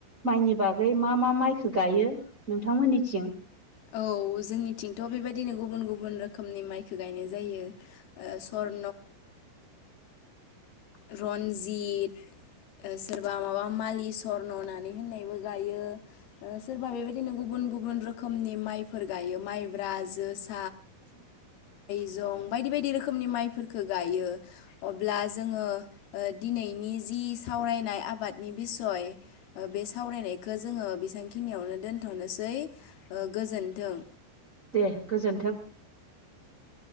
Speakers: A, on the right; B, on the left.
A: माइनि बागै मा मा माइखौ गायो नोंथांमोननिथिं
B: औ जोंनिथिंथ' बेबायदिनो गुबुन गुबुन रोखोमनि माइखौ गायनाय जायो ओ सर
A: <unintelligible>
B: रन्जित ओ सोरबा माबा मालि स्वर्न होननानै होननायबो गायो सोरबा बेबायदिनो गुबुन गुबुन गुबुन रोखोमनि माइफोर गायो माइब्रा जोसा
A: उ <inaudible>
B: जं बायदि बायदि रोखोमनि माइफोरखौ गायो अब्ला जोङो दिनैनि जि सावरायनाय आबादनि बिसय बे सावरायनायखौ जोङो बेसेबांखिनियावनो दोनथ' थनोसै गोजोनथों
A: दे गोजोन्थों